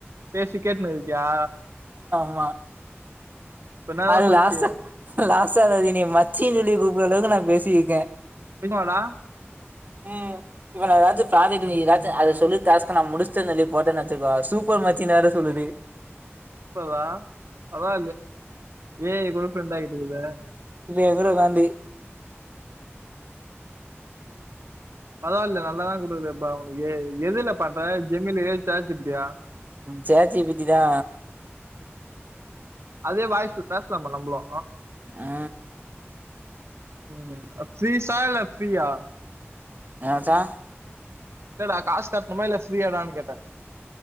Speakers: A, on the right; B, on the right.
A: பேசி கேட்டுனு இருக்கியா
B: ஆ
A: இப்ப என்னடா
B: அது
A: சொல்லிச்சு
B: லாஸ லாஸ சார் அது என்ய மச்சின்னு சொல்லி கூப்ற அளவுக்கு நா பேசியிருக்கே
A: நிஜமாடா
B: உம் இப்ப நா ஏதாச்சு ப்ராஜெக்ட் அத சொல்லி டாஸ்க்க நா முடிச்சுடேன்னு சொல்லி போட்டேனு வெச்சுக்கோ சூப்பர் மச்சினு வேர சொல்லுது
A: இப்பதா அதா ஏ கேள் ஃப்ரெண்ட ஆகிட்டு இருக்குதா
B: எதுல உக்காந்து
A: பரவா இல்ல நல்லாதா கொடுக்குதுப்பா உனக்கே எதுல பாப்ப ஜெமிலி சேட் ஜி பிட்டியா
B: சேட் ஜி ப்பிட்டிதா
A: அதே வாய்ஸ்ல பேசலாம நம்பளு
B: ஆ
A: உம் ஃபீசா இல்ல ஃபிரியா
B: என்ச்சா
A: இல்டா காசு கட்டணுமா இல்ல ஃப்ரீயாடான்னு கேட்டே